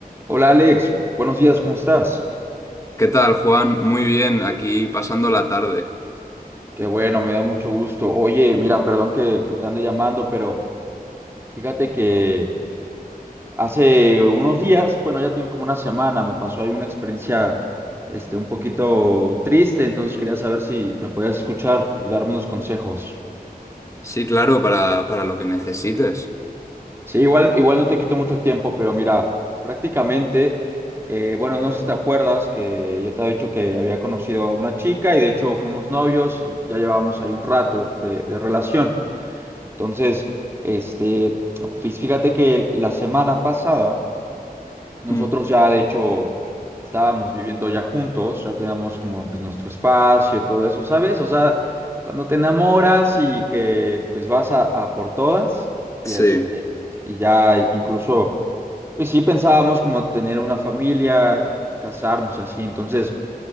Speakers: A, on the right; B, on the left.
A: Hola Alex, Bu- buenos días, ¿cómo estás?
B: ¿Qué tal, Juan? Muy bien, aquí pasando la tarde.
A: Qué bueno, me da mucho gusto. Oye, mira, perdón que, que te ande llamando, pero fíjate que hace unos días, bueno, ya tiene como una semana, me pasó ahí una experiencia este, un poquito triste, entonces quería saber si me podías escuchar y darme unos consejos.
B: Sí, claro, para, para lo que necesites.
A: Sí, igual, igual no te quito mucho tiempo, pero mira, prácticamente, eh, bueno, no sé si te acuerdas que yo te había dicho que había conocido a una chica y de hecho fuimos novios y ya llevábamos ahí un rato de de relación. Entonces, este, fí- fíjate que la semana pasada, nosotros
B: Mm.
A: ya de hecho estábamos viviendo ya juntos, ya teníamos como pues nuestro espacio y todo eso, ¿sabes? O sea, cuando te enamoras y que pues vas a, a por todas y
B: Sí.
A: este, y ya incluso, pues sí pensábamos como tener una familia, casarnos así, entonces,